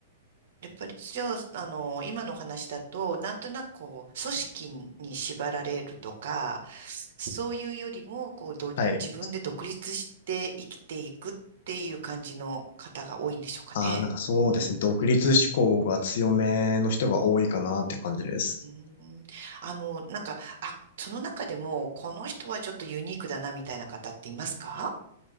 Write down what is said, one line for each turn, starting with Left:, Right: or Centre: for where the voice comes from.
Right: やっぱり、じゃあ、あの、今のお話だと、なんとなくこう、組織に縛られるとか、そういうよりも、こう、ど、
Left: はい。
Right: 自分で独立して生きていくっていう感じの方が多いんでしょうかね。
Left: ああ、なんかそうですね。独立志向が強めの人が多いかなって感じです。
Right: うーん。あの、なんか、あ、その中でも、この人はちょっとユニークだな、みたいな方っていますか